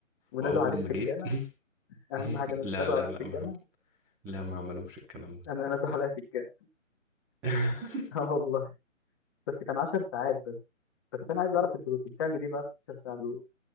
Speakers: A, on the left; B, in the centre.
A: ونادوا
B: واول
A: عليك
B: ما
A: في
B: جيت
A: الجامع
B: <laughs>
A: اهم حاجه
B: لا
A: نادوا
B: لا
A: عليك
B: لا
A: في الجامع
B: ما لا ما عملوش الكلام ده
A: انا نادوا عليا في الجامع
B: <laughs>
A: <laughs> اه والله بس كان 10 ساعات بس. بس انا عايز اعرف انت كنت بتعمل ايه بقى 16 ساعه دول